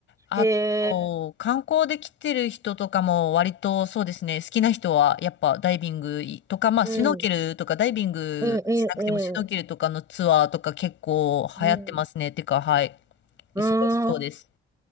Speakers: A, on the left; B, on the right.
A: あと、
B: へえ。
A: 観光で来てる人とかも割とそうですね、好きな人はやっぱダイビングとか、まあシュノーケルとかダイビングしなくてもシュノーケルとかのツアーとか結構流行ってますね。
B: うん。うんうんうん。うん。
A: てか、はい。忙しそうです。
B: うーん。